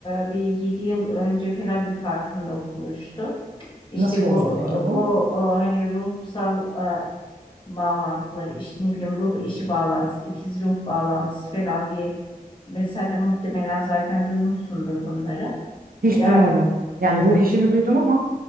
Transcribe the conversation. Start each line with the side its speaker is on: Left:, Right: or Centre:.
Left: e, bir 7 yıl önce falan bir farkındalık oluştu. İşte
Right: Nasıl oluştu
Left: bu
Right: peki bu?
Left: e, bu o, hani ruhsal e, bağlantıları işte ne bileyim ruh eşi bağlantısı, ikiz ruh bağlantısı falan diye mesela de muhtemelen zaten duymuşsundur bunları.
Right: Hiç
Left: Ya
Right: duymadım. Yani ruh
Left: e,
Right: işini duydum ama